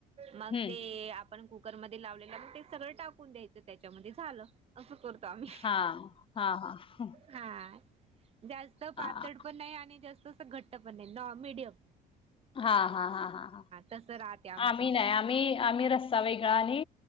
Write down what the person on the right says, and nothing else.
मग
ते आपण कुकरमध्ये लावलेलं म ते सगळं टाकून द्यायचं त्याच्यामध्ये झालं असं करतो आम्ही.
हा जास्त
पातळ पण नाही आणि जास्त अस घट्ट पण नाही नॉ मिडियम
तसं राहते आमचं